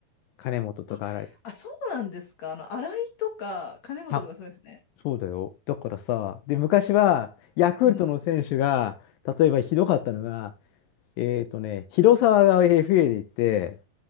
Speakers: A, on the left; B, on the left.
A: 金本とか、
B: あ、
A: あれ、
B: あ、そうなんですか。あの、新井とか、金本とかそうですね。
A: たそうだよ。だからさ、で、昔はヤクルトの選手が、
B: うん。
A: 例えばひどかったのが、えっとね、広沢が FA で行って、